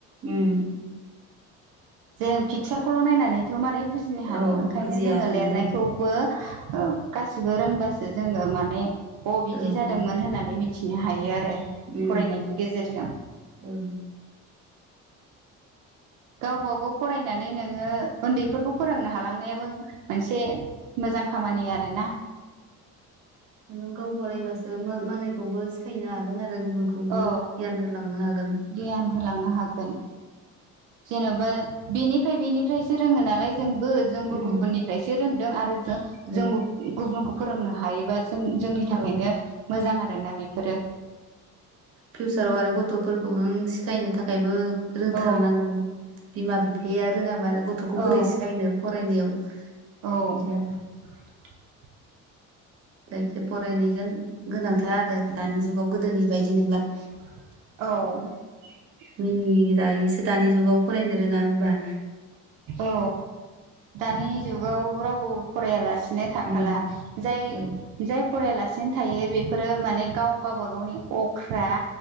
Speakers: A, on the right; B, on the right.
A: उम
B: जों पिकचारखौल' नायनानैथ' मारै बुजिनो हानो
A: औ
B: ओंखायनो
A: बुजियाना
B: जोङो लिरनायखौबो
A: लिरनाय
B: औ गासिबो रोंबासो जोङो माने अ बिदि
A: औ
B: जादोंमोन होननानै मिथिनो हायो आरो
A: उम
B: फरायनायनि गेजेरजों
A: ओं
B: गावब गाव फरायनानै नोङो उन्दैफोरखौ फोरोंनो हालांनायाबो मोनसे मोजां खामानि
A: औ
B: आरोना
A: नों गाव फरायबासो मालायखौबो सिखायनो हागोन आरो गुबुनखौबो
B: औ
A: गियान होलांनो हागोन।
B: गियान होलांनो हागोन जेन'बा बेनिफ्राय बेनिफ्रायसो रोङो नालाय जोंबो जोंबो
A: उम
B: गुबुननिफ्रायसो आरो
A: जों
B: जोंबो गुबुनखौ फोरोंनो हायोबा जों जोंनि थाखायनो
A: औ
B: मोजां आरोना बेफोरो
A: फिउचाराव आरो गथ'फोरखौ नों सिखायनो थाखायबो रोंथारनांगौ
B: औ
A: बिमा बिफाया रोङाबा आरो गथ'खौ
B: औ
A: बोरै सिखायनो फरायनायाव
B: औ
A: बिदि आरो जायखिजा फरायनांयगोन गोनांथार आरो दानि जुगाव गोदोनि बायदि नंला।
B: औ
A: मिनि जायोसो दानि जुगाव फरायनो रोङा होनबा।
B: औ दानि जुगाव रावबो फरायालासि नो थाखाला
A: उम
B: जाय
A: औ
B: जाय फरायलासिनो थायो बेफोरो माने गाव गावबा गावनि अख्रा